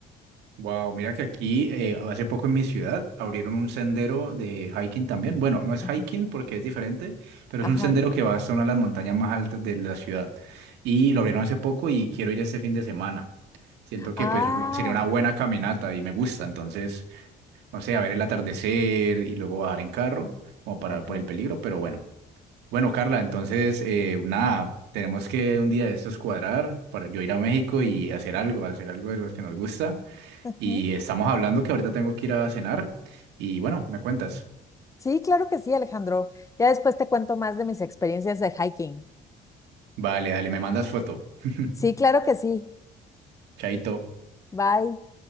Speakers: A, on the right; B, on the left.
A: Wow, mira que aquí eh, hace poco en mi ciudad abrieron un sendero de hiking también. Bueno, no es
B: Ujú.
A: hiking porque es diferente, pero
B: Ajá.
A: es un sendero que va hasta una de las montañas más altas de la ciudad. Y lo abrieron hace poco y quiero ir este fin de semana. Siento que
B: Ah,
A: pues una- sería una buena caminata y me gusta. Entonces, no sé, a ver el atardecer y luego bajar en carro, como para
B: ajá.
A: por el peligro, pero bueno. Bueno, Carla, entonces, eh, nada, tenemos que un día de estos cuadrar para yo ir a México y hacer algo, hacer algo de los que nos gusta.
B: Ujú.
A: Y estamos hablando que ahorita tengo que ir a cenar. Y bueno, me cuentas.
B: Sí, claro que sí, Alejandro. Ya después te cuento más de mis experiencias de hiking.
A: Vale, dale, me mandas foto. <laughs>
B: Sí, claro que sí.
A: Chaito.
B: Bye.